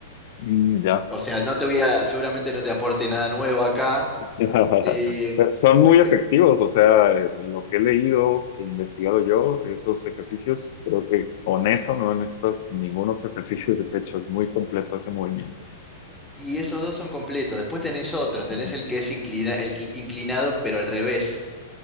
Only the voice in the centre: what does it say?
O sea, no te voy a, seguramente no te aporte nada nuevo acá.
eh,
pe-
y esos dos son completos. Después tenés otros, tenés
el que es inclina- el qui- inclinado, pero al revés.